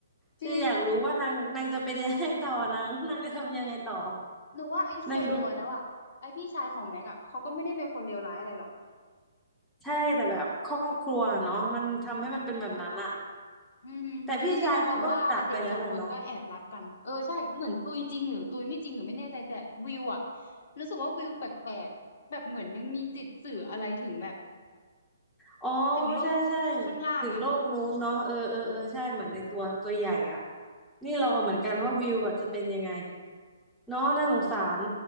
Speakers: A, on the left (about 45°); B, in the centre.
A: จริง
B: คืออยากรู้ว่านางนางจะเป็นยังไงต่อนาง <laughs> นางจะทำยังไงต่อ
A: หนูว่าไอ้ส่วนตัวแล้วอะไอ้พี่ชายของแม็กอะเขาก็ไม่ได้เป็นคนเลวร้ายอะไรหรอก
B: นางดูใช่แต่แบบครอบครัวเนาะมันทำให้มันเป็นแบบนั้นอะ
A: อืมจริงๆหนูว่าเด็กสองคนก็แอบรักกันเออใช่เหมือนตุยจริงหรือตุยไม่จริงหนูไม่แน่ใจแต่วิวอะ
B: แต่พี่ชายเขาก็จากไปแล้วล่ะเนาะ
A: รู้สึกว่าวิวแปลกๆแบบเหมือนยังมีจิตสื่ออะไรถึงแบบ
B: อ๋อ
A: ถึงโลก
B: ใช่ใช่
A: ข้างล่างอะ
B: ถึงโลกนู้นเนาะเออเออเออใช่เหมือนไอตัวตัวใหญ่อ่ะนี่รอเหมือนกันว่าวิวอ่ะจะเป็นยังไงเนาะน่าสงสาร